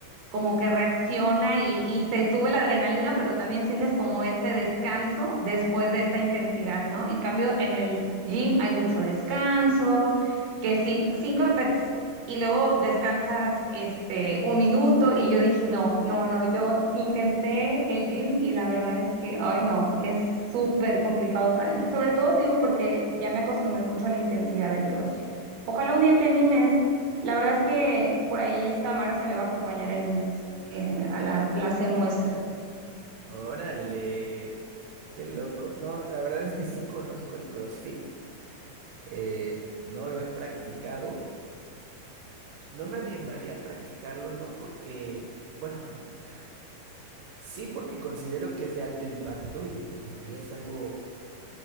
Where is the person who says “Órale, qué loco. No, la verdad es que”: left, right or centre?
Right